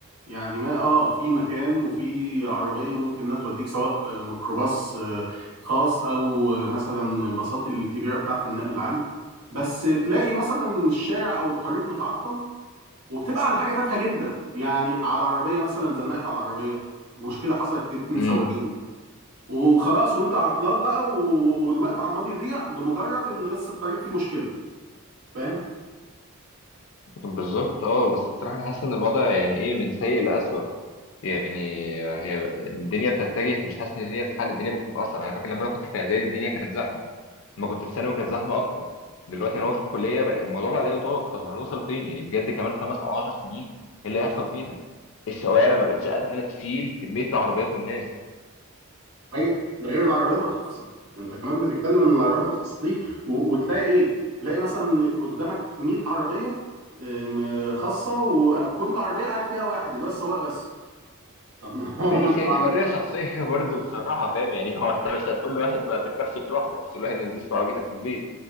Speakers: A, on the right; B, on the left.
A: يعني ما اه في مكان وفي عربيه ممكن انها توديك سواء آه، ميكروباص آه، خاص او آه، مثلا باصات الكبيره بتاعه النقل العام بس تلاقي مثلا الشارع او الطريق متعطل وبتبقى على حاجه تافهه جدا يعني على عربيه مثلا زنقت على العربيه مشكله حصلت بين اتنين
B: مم.
A: سواقين وخلاص وانت عطلان بقى و- والوقت عمال يضيع لمجرد ان بس الطريق فيه مشكله فاهم
B: بالظبط اه بس بصراحة أنا حاسس إن الوضع يعني إيه من سيء لأسوأ يعني هي الدنيا بتتجه مش حاسس إن الدنيا بتتحل الدنيا بتكون أصعب أنا فاكر لما أنا كنت في إعدادي الدنيا كانت زحمة لما كنت في ثانوي كانت زحمة أكتر دلوقتي أنا هو في الكلية بقى الموضوع بقى لا يطاق طب هنوصل فين يعني بجد كمان خمس أو عشر سنين إيه اللي هيحصل فينا الشوارع ما بقتش قادرة تشيل كمية العربيات والناس
A: صحيح ده غير العربيات الخاصه انت كمان بتتكلم ان العربيات الخاصه دي و... وتلاقي ايه تلاقي مثلا قدامك 100 عربيه ام، خاصه وكل عربيه قاعد فيها واحد اللي هو السواق بس طب ما هو
B: ماشي
A: ما انتوا
B: هي دي
A: عاملين
B: حرية شخصية <laughs> برضه بصراحة فاهم يعني هو أنت مش هتقول لواحد ما تركبش لوحدك مش هتقول لواحد ما تنزلش في عربيتك من البيت